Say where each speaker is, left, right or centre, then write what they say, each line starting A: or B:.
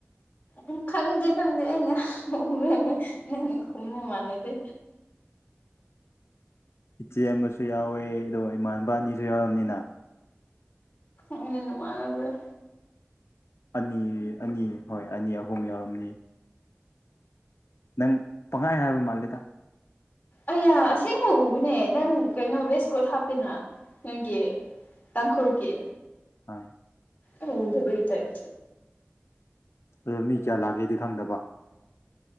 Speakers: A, on the left; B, on the left.
A: ꯎꯝ ꯈꯪꯗꯦ ꯈꯪꯗꯦ ꯑꯩꯅ ꯎꯨꯝꯃꯦ ꯅꯪ ꯈꯨꯝꯃꯨ ꯃꯥꯟꯅꯗꯦ
B: ꯏꯆꯦ ꯑꯃꯁꯨ ꯌꯥꯎꯋꯦ ꯑꯗꯣ ꯏꯃꯥꯟꯅꯕꯅꯤꯁꯨ ꯌꯥꯎꯔꯕꯝꯅꯤꯅ
A: ꯎꯅ ꯃꯥꯅꯕ
B: ꯑꯅꯤ ꯑꯅꯤ ꯍꯣꯏ ꯑꯅꯤ ꯑꯍꯨꯝ ꯌꯥꯎꯔꯝꯅꯤ ꯅꯪ ꯄꯪꯈꯥꯏ ꯍꯥꯏꯕ ꯃꯥꯜꯂꯦꯗ
A: ꯑꯩ ꯑꯁꯦꯡꯕ ꯎꯕꯅꯦ ꯅꯪ ꯀꯩꯅꯣ ꯕꯦꯁꯀꯣꯠ ꯍꯥꯞꯄꯦꯅ ꯅꯣꯏꯒꯤ ꯇꯥꯡꯈꯨꯜꯒꯤ
B: ꯍ
A: ꯑꯗꯕꯒꯤ ꯇꯥꯏꯞ
B: ꯑꯗꯣ ꯃꯤ ꯀꯌꯥ ꯂꯥꯛꯒꯦꯗꯤ ꯈꯪꯗꯕ